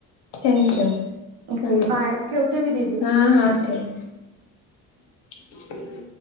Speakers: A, on the left; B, on the right.
A: थँक यू
B: ओके
A: चाले
B: बाय ठेवते मी दिदी.
A: हा हा ठेव. <inaudible>